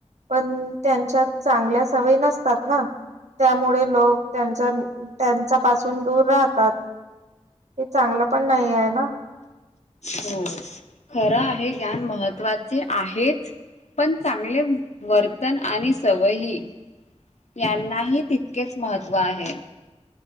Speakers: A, on the right; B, on the left.
A: पण त्यांच्यात चांगल्या सवयी नसतात ना. त्यामुळे लोक त्यांचा त्यांच्या पाासून दूर राहतात. हे चांगलं पण नाही आहे ना?
B: हो खरं आहे ज्ञान महत्त्वाचे आहेच. पण चांगले वर्तन आणि सवयी यांनाही तितकेच महत्त्व आहे.